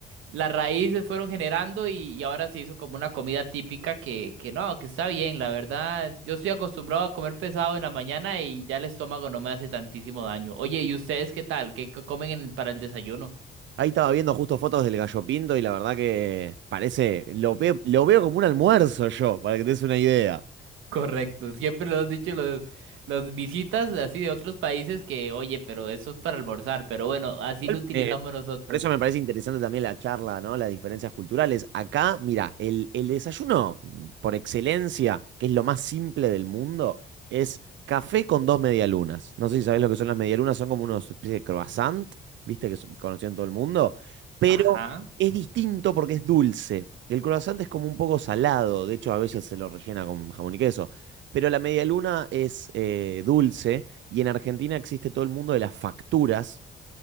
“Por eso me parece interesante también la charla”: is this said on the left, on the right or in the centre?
Right